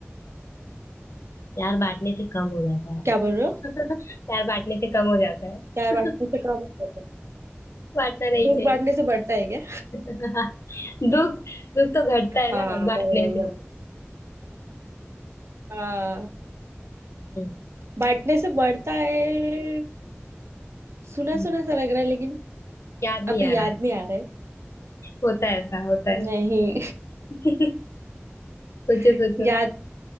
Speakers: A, on the left; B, on the right.
A: प्यार बांटने से कम हो जाता है
B: क्या बोल रहे हो
A: <laughs> प्यार बांटने से कम हो जाता है
B: प्यार बांटने
A: <laughs>
B: से कम होता है
A: बांटना नहीं
B: दुख
A: चाहिए
B: बांटने से बढ़ता है क्या
A: <laughs> दुख दुख तो घटता है
B: हाँ
A: ना
B: बराबर
A: बांटने
B: बराबर
A: से
B: हाँ
A: हम्म,
B: बांटने से बढ़ता है सुना
A: हम्म,
B: सुना सा लग रहा है लेकिन
A: याद नहीं
B: अभी
A: आ
B: याद
A: रहा है
B: नहीं आ रहा है
A: होता है ऐसा होता है
B: नहीं
A: <laughs> सोचो
B: <laughs>
A: सोचो
B: याद